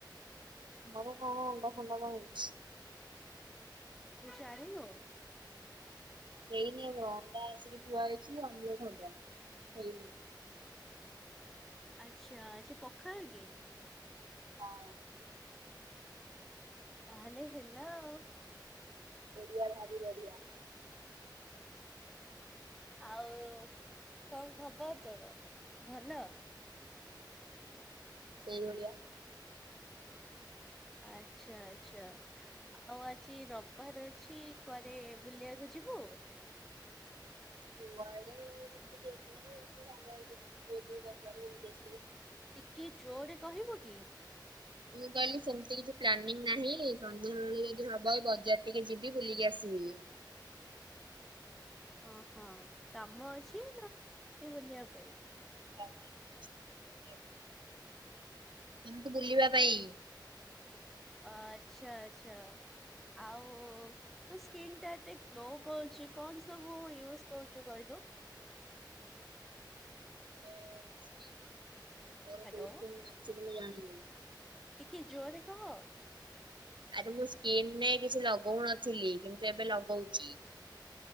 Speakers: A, on the right (about 80°); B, in the centre.
A: ମର କଣ ଅଣ୍ଡା ଣ୍ଡା କ ହେଇଛି।
B: ତୁ ଜାନିନୁ।
A: ହେଇନିମ ଅଣ୍ଡା ଆସିକି ପୁଆଯାଇଛି ଅମ ହବ ହେଇନି।
B: ଆଚଛା ଆଛ ପଖାଳ କି?
A: ହଁ
B: ତାହଲେ ହେଲା ଆଉ
A: ଓଡିଆ ଭାରି ବଢିଆ
B: ଆଉ କଣ ଖବର ତୋର ଭଲ?
A: ସେଇିଭଳିଆ
B: ଆଚ୍ଛା ଆଚ୍ଛା ଆଉ ଆଜି ରବିବାର ଅଛି କୁଆରେେ ବୁଲିବାକୁ ଯିବୁ?
A: ହୁଆ ବ ବିଛି <unintelligible>
B: ଟିକେ ଜୋରରେ କହିବୁ କି?
A: ମୁଁ କହିଲି ସେମିତି କିଛି ପ୍ଲାନିଂ ନାହିଁ ସନ୍ଧ୍ୟାବେଳେ ଯଦି ହବ ବଜାର ଟିକେ ଯିବି ବୁଲିକି ଆସିବି।
B: ଓହଁ କାମ ଅଛି ନା ଏମତି ବୁଲିବା ପାଇଁ?
A: କାମ ନାହିଁ ସେମିତି। ଏମିତି ବୁଲିବା ପାଇଁ।
B: ଆଛା ଆଛା। ଆଉ ତ ସ୍କିନ୍ ଟା ଏତେ ଗ୍ଲୋ କରୁଛି କଣ ସବୁ ୟୁଜ କରୁଛୁ କହିଲୁ?
A: ମୁଁ ସ୍କପ <unintelligible>
B: ହ୍ୟାଲୋ
A: ବଡ଼ କୌନ ନା <unintelligible> ଯାଣ ପ <unintelligible>
B: ଟିକେ ଜୋରରେ କହ
A: ଆରେ ମୁଁ ସ୍କିନରେ କିଛି ଲଗଉନଥିଲି କିନ୍ତୁ ଏବେ ଲଗଉଛି।